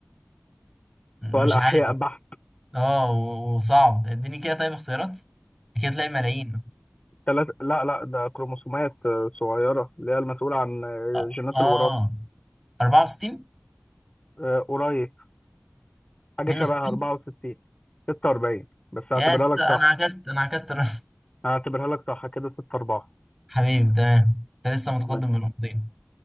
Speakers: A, in the centre; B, on the left.
A: مش
B: سؤال أحياء
A: عارف
B: بحت
A: اه و- وصعب اديني كده طيب اختيارات كده تلاقي ملايين
B: التلات... لا لا ده كروموسومات آه، صغيرة اللي هي المسؤولة عن آه،
A: اه
B: جينات
A: آه.
B: الوراثة
A: 64
B: آه، قريب حاجة
A: 62
B: شبه 64 46 بس هعتبرها
A: يا اسطى
B: لك
A: انا
B: صح
A: عكست انا عكست الرقم. <laughs>
B: هعتبرها لك صح كده 6 4
A: حبيبي تمام انت لسه متقدم
B: تمام
A: بنقطتين